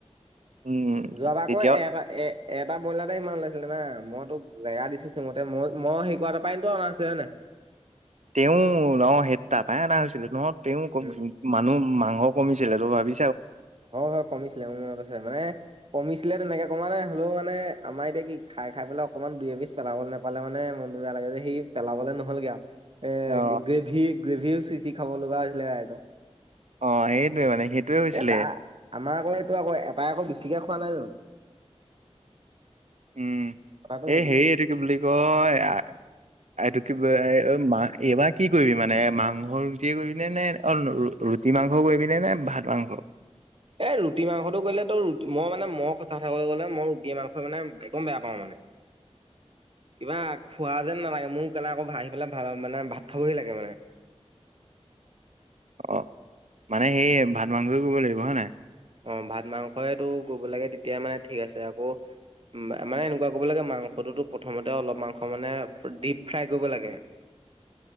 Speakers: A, on the right; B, on the right.
A: উম
B: যোৱাবা
A: তেতিয়াও
B: আকৌ এ এটা এ এটা ব্ৰইলাৰতে ইমান ওলাইছিলে না মইতো জেগা দিছো সিমতে মই মই সেইকৱা পাইতো অনা নছিলে হয় নাই
A: <unintelligible> <inaudible> তেওঁ ন সে তা পায় অনা হৈছিলে নহয় তেওঁ
B: উম
A: মানুহ মাংস কমিছিল ছিলে তো ভাবি
B: হয় হয় কমিছিলে মোৰ মনত আছে মানে কমি আছিলে তেনেকে কমানাই হলেও মান আম এতিয়া কি খাই খাই পেলাই অকমান দুই এ পিছ পেলাব নাপালে মনটো বেয়া লাগে <unintelligible> যে সি পেলাবলে নহলগে আও এ
A: অ
B: গ্ৰেভি গ্ৰেভিও চিচি খাব লগা হৈছিলে ৰাইজক <unintelligible>
A: অ সেইটোৱে মানে সেইটোৱে হৈছিলে
B: এ তা আমাৰ আকৌ এইটো আকৌ এটাই আকৌ বেছিকে খোৱা নাই জানো
A: উম
B: কথাটো সেইটোহে।
A: এই হেৰি এইটো কি বুলি কয় আৰু কি মা এইবাৰ কি কৰিবি মানে মাংস ৰুটিয়ে কৰিব পিনে নে অ ৰুটি মাংস কৰিবি নে ভাত মাংস <unintelligible>
B: এ ৰুটি মাংসটো কৰিলে তোৰ মই মানে মই সঁচ কথাাকলৈ গ'লে মই ৰুটি মাংসই মানে একদম বেয়া পাওঁ মানে
A: <unintelligible>
B: কিবা খোৱা যেন নালাগে মোৰ কেলে আকৌ আহি পেলাই ভাল মানে ভাত খাবহি লাগে মানে
A: অ মানে সেই ভাত মাংস কৰিব লাগিব হয় নাই
B: অ ভাত মাংসইটো কৰিব লাগে তেতিয়া মানে ঠিক আছে আকৌ মানে এনেকোৱা কৰিব লাগে মাংসটোতো প্ৰথমতে অলপ মাংস মানে ডিপ ফ্ৰাই কৰিব লাগে
A: <unintelligible>